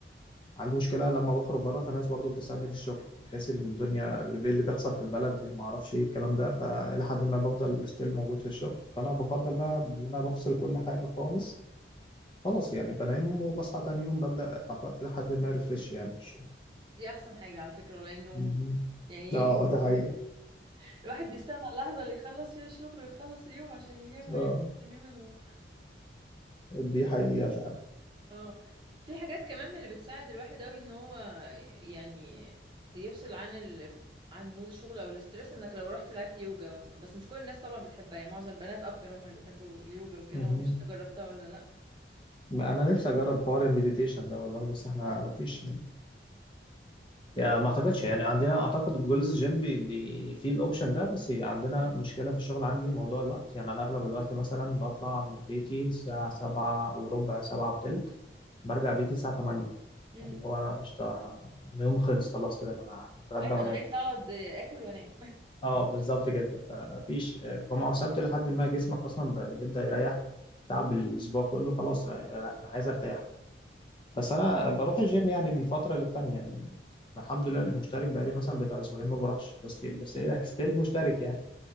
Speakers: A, on the left (about 25°); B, on the right (about 25°).
A: عندي مشكلة لما بخرج بره فالناس برضو بتسألني في الشغل بحيث ان الدنيا اللي بي- اللي بيحصل في البلد ما اعرفش ايه الكلام ده فإلى حد ما بفضل ستيل موجود في الشغل فأنا بفضل بقى ان انا بفصل كل حاجة خالص خلاص يعني بنام وبصحى تاني يوم ببدأ أعط- إلى حد ما ريفريش يعني في الشغل
B: دي احسن حاجة على فكرة ولا النوم
A: مهم.
B: يعني
A: اه ده حقيقة
B: <laughs> الواحد بيستنى اللحظة اللي يخلص فيها الشغل ويخلص اليوم عشان ينام
A: اه
B: ويرتاح تماما و...
A: دي حقيقة فعلا
B: اه في حاجات كمان من اللي بتساعد الواحد قوي ان هو يعني يفصل عن ال... عن مود الشغل او الاسترس انك لو رحت لعبت يوجا بس بس مش كل الناس طبعا بتحبها يعني معظم البنات اكتر هم اللي بيحبوا اليوجا وكده
A: مهم.
B: ما اعرفش انت جربتها ولا لا
A: ما
B: <laughs>
A: أنا نفسي أجرب حوار المديتيشن ده والله بس احنا مفيش
B: مش-
A: يعني ما اعتقدش يعني عندنا اعتقد جولز جيم بي بي فيه الاوبشن ده بس عندنا مشكله في الشغل عندي موضوع الوقت يعني انا اغلب الوقت مثلا بطلع من بيتي الساعه سبعة وربع سبعة وتلت برجع بيتي الساعه 8
B: امم
A: اللي هو انا قشطه انا يوم خلص خلاص كده يا جماعه انا هتغدى
B: ايوه
A: وانام
B: انا عايزه اقعد اكل وانام
A: اه بالظبط كده فمفيش آه، جمعه وسبت لحد ما جسمك اصلا ب- بيبدا يريح تعب الاسبوع كله خلاص آه، انا عايز ارتاح بس
B: <laughs>
A: انا بروح الجيم يعني من فتره للتانيه يعني الحمد لله أنا مشترك بقالي مثلا بتاع اسبوعين ما بروحش بس بس هي <laughs> ستيل مشترك يعني